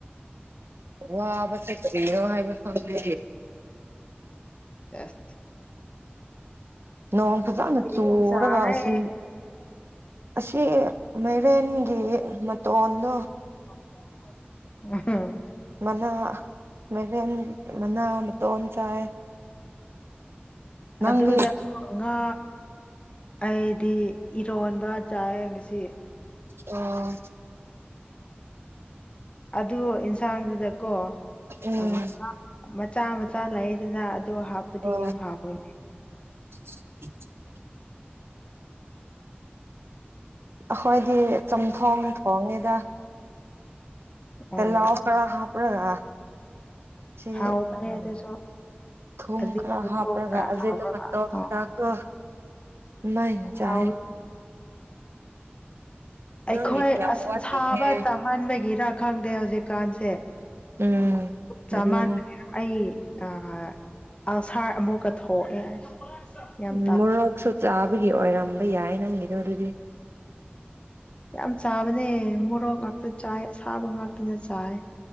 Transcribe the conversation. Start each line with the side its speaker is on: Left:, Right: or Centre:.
Right: ꯋꯥꯕꯁꯦ ꯀꯔꯤꯅꯣ ꯍꯥꯏꯕ ꯈꯪꯗꯦ
Left: ꯁꯦꯖ
Right: ꯅꯣꯡ ꯐꯖꯅ
Left: ꯀꯦꯔꯤ
Right: ꯆꯨꯔꯒ
Left: ꯆꯥꯔꯦ
Right: ꯑꯁꯤꯜ꯫ ꯑꯁꯤ ꯃꯥꯏꯔꯦꯟꯒꯤ ꯃꯇꯣꯟꯗꯣ꯫
Left: <unintelligible>
Right: ꯃꯅꯥ ꯃꯥꯏꯔꯦꯟ ꯃꯅꯥ ꯃꯇꯣꯟ ꯆꯥꯏꯌꯦ꯫ ꯅꯪꯗꯤ
Left: ꯑꯗꯨꯗ꯫ ꯉꯥ ꯑꯩꯗꯤ ꯏꯔꯣꯟꯕ ꯆꯥꯌꯦ ꯉꯁꯤꯗꯤ꯫
Right: ꯑ꯫
Left: ꯑꯗꯨ ꯌꯦꯟꯁꯥꯡꯗꯨꯗꯀꯣ
Right: ꯎꯝ
Left: ꯑ꯫ ꯃꯆꯥ ꯃꯆꯥ ꯂꯩꯗꯅ ꯑꯗꯣ ꯍꯥꯞꯄꯗꯤ
Right: ꯑꯣ
Left: ꯌꯥꯝ ꯍꯥꯎꯋꯦ꯫
Right: <inaudible> ꯑꯩꯈꯣꯏꯗꯤ ꯆꯝꯊꯣꯡ ꯊꯣꯡꯉꯤꯗ꯫
Left: ꯑꯣ
Right: ꯇꯤꯜꯂꯧꯒ ꯍꯥꯄꯔꯒ꯫ ꯁꯤ
Left: ꯍꯥꯎꯕꯅꯦ
Right: ꯎꯝ
Left: ꯑꯗꯨꯁꯨ
Right: ꯊꯨꯝꯃ
Left: ꯑꯖꯤꯅ
Right: ꯈꯔ
Left: ꯃꯇꯣꯛ
Right: ꯍꯥꯄꯔꯒ
Left: ꯈꯔ ꯍꯥꯞꯄꯒ
Right: <unintelligible> ꯈꯔ꯫
Left: ꯑꯣ
Right: ꯀꯣ <unintelligible>
Left: ꯍꯥꯎꯋꯤ ꯑꯩꯈꯣꯏ
Right: ꯅꯪꯒꯤ ꯀꯌꯥꯝ
Left: ꯑꯁ
Right: ꯋꯥꯠꯂꯤꯒꯦ
Left: ꯁꯥꯕ ꯆꯥꯃꯟꯕꯒꯤꯔꯥ ꯈꯪꯗꯦ ꯍꯧꯖꯤꯛꯀꯥꯟꯁꯦ꯫
Right: ꯎꯝ
Left: ꯆꯥꯃꯥꯟꯕꯒꯤꯔ꯫
Right: ꯑꯗꯨꯅꯤ
Left: ꯑꯩ ꯑ ꯑꯥꯜꯁꯥꯔ ꯑꯃꯨꯛꯀ ꯊꯣꯛꯑꯦ꯫ ꯌꯥꯝ
Right: ꯎꯝ
Left: ꯇꯥ
Right: ꯃꯣꯔꯣꯛꯁꯨ ꯆꯥꯕꯒꯤ ꯑꯣꯏꯔꯝꯕ ꯌꯥꯏ ꯅꯪꯒꯤꯗꯣ ꯑꯗꯨꯗꯤ꯫
Left: ꯌꯥꯝ ꯆꯥꯕꯅꯦ ꯃꯣꯔꯣꯛ ꯉꯥꯛꯇ ꯆꯥꯏ ꯑꯁꯥꯕ ꯉꯥꯛꯇꯒ ꯆꯥꯏ꯫